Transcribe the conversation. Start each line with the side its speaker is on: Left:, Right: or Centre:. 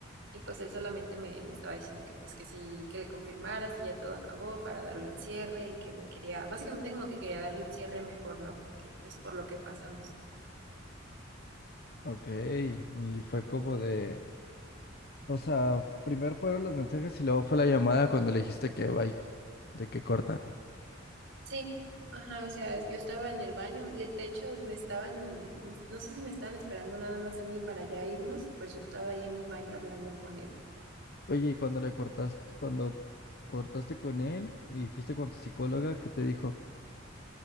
Right: Y pues él solamente me, me estaba diciendo que pues que sí, que le confirmara si ya todo acabó para darle un cierre y que me quería, básicamente como que quería darle un cierre mejor, ¿no? Que pues por lo que pasamos.
Left: Ok, y fue como de, o sea, primero fueron los mensajes y luego fue la llamada cuando le dijiste que bye, de que cortan.
Right: Sí, ajá, o sea, yo estaba en el baño, le- de hecho me estaban, me- no sé si me estaban esperando nada más a mí para ya irnos y pues yo estaba ahí en el baño hablando con él.
Left: Oye, y cuando le cortaste, cuando cortaste con él y fuiste con tu psicóloga, ¿qué te dijo?